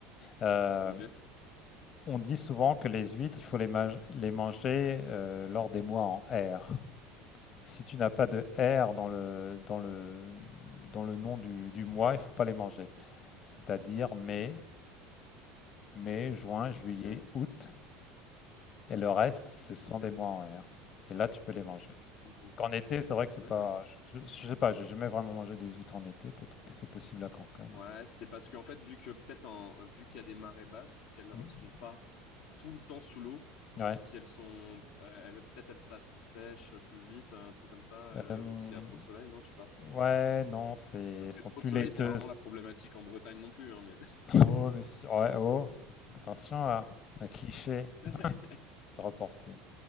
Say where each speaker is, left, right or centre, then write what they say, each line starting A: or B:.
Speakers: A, on the left; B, on the left.
A: Euh,
B: Ok,
A: on dit souvent que les huîtres, il faut les, ma- les manger euh, lors des mois en R. Si tu n'as pas de R dans le, dans le, dans le nom du, du mois, il faut pas les manger. C'est-à-dire mai, mai, juin, juillet,
B: ok,
A: août, et le reste, ce sont
B: ok,
A: des mois en R. Et là, tu peux les manger.
B: ok, ok.
A: Qu'en été, c'est vrai que c'est
B: D'accord.
A: pas. Je, je sais pas, j'ai jamais vraiment mangé des huîtres en été. Peut-être que c'est possible à Cancale.
B: Ouais, c'est parce qu'en fait, vu que peut-être en, vu qu'il y a des marées basses, vu qu'elles
A: Mm.
B: sont pas tout le temps sous l'eau,
A: Ouais.
B: si elles sont, euh, elles, peut-être elles s'assèchent plus vite, un truc comme ça,
A: Euh,
B: euh, s'il y a trop de soleil, non, je sais pas.
A: ouais, non, c'est
B: Après,
A: elles sont
B: trop
A: plus
B: de soleil,
A: laiteuses.
B: c'est rarement la problématique en Bretagne non plus, hein, mais.
A: <laughs> Oh, mais c'est- ouais, oh. Attention là, un cliché
B: <laughs>
A: de reporter.